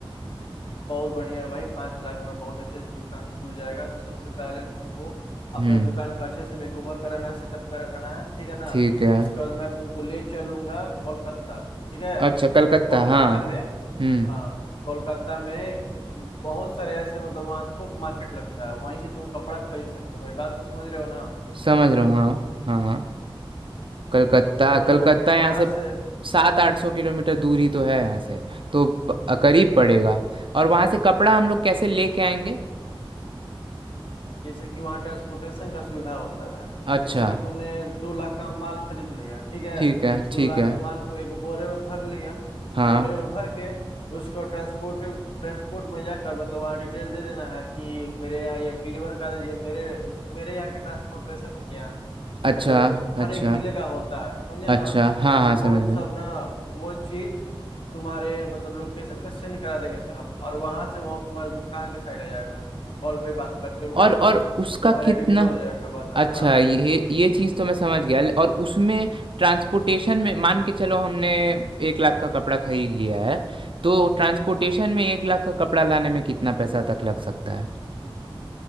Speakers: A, on the left; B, on the right.
A: बहुत बढ़िया है भाई पाँच लाख में बहुत अच्छे से दुकान खुल जाएगा तो सबसे पहले तुमको अपना
B: हम्म
A: दुकान का अच्छे से मेकओवर कराना सेटअप कराना है ठीक है ना
B: ठीक है
A: उसके बाद मैं तुमको ले चलूंगा कोलकाता ठीक है
B: अच्छा कलकत्ता
A: कोलकाता
B: हाँ
A: में
B: हम्म
A: हाँ कोलकाता में बहुत सारे ऐसे मतलब वहाँ थोक मार्केट लगता है वहीं से तुम कपड़ा खरीद सकते हो मेरी बात को समझ रहे हो ना
B: समझ रहा हूँ हाँ हाँ हाँ कलकत्ता
A: तो
B: कलकत्ता
A: वहां
B: यहाँ से
A: से
B: सात आठ सौ किलोमीटर दूरी तो है यहाँ से तो प- करीब पड़ेगा और वहाँ से कपड़ा हम लोग कैसे लेके आएंगे
A: जैसे कि वहाँ ट्रांसपोर्टेशन का सुविधा होता है
B: अच्छा
A: जैसे कि तुमने दो लाख का माल खरीद लिया ठीक है
B: ठीक है ठीक
A: दो लाख
B: है
A: के माल को एक बोरे में भर लिया
B: हाँ
A: बोरे में भर के उसको ट्रांसपोर्ट ट्रांसपोर्ट में जाकर मतलब वहाँ डिटेल दे देना है कि मेरे यहाँ ये डिलीवर कर दीजिए मेरे मेरे यहाँ के ट्रांसपोर्टेशन क्या
B: अच्छा
A: मतलब एक हर
B: अच्छा
A: एक जिले का होता है समझे
B: अच्छा
A: ना
B: हाँ हाँ
A: तो वो
B: समझ गए
A: सब ना वो चीज तुम्हारे मतलब लोकेशन पे सेंड करा देंगे सब और वहां से वो तुम्हारे दुकान के साइड आ जाएगा कॉल पे बात करते हुए
B: और और उसका
A: वो तुम्हारे
B: कितना
A: यहाँ डिलीवर हो जाएगा बस
B: अच्छा
A: आराम
B: ये
A: से
B: ये चीज़ तो मैं समझ गया ले- और उसमें ट्रांसपोर्टेशन में मान के चलो हमने एक लाख का कपड़ा खरीद लिया है तो ट्रांसपोर्टेशन में एक लाख का कपड़ा लाने में कितना पैसा तक लग सकता है